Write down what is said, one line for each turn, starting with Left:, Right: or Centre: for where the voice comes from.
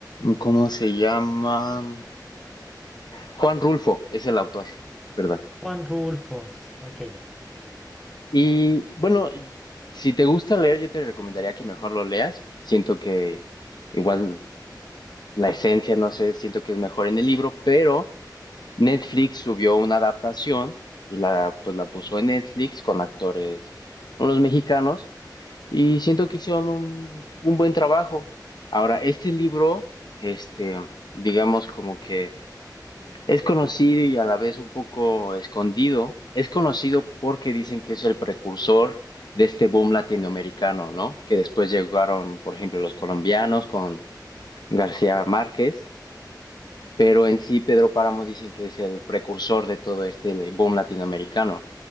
Left: ¿cómo se llama? Juan Rulfo es el autor, ¿verdad?
Centre: Juan Rulfo, ok.
Left: Y bueno, y- si te gusta leer, yo te recomendaría que mejor lo leas. Siento que igual la esencia, no sé, siento que es mejor en el libro, pero Netflix subió una adaptación y la, pues la puso en Netflix con actores, unos mexicanos, y siento que hicieron un, un buen trabajo. Ahora, este libro, este, digamos como que es conocido y a la vez un poco escondido. Es conocido porque dicen que es el precursor de este boom latinoamericano, ¿no? Que después llegaron, por ejemplo, los colombianos con García Márquez, pero en sí Pedro Páramo dicen que es el precursor de todo este boom latinoamericano.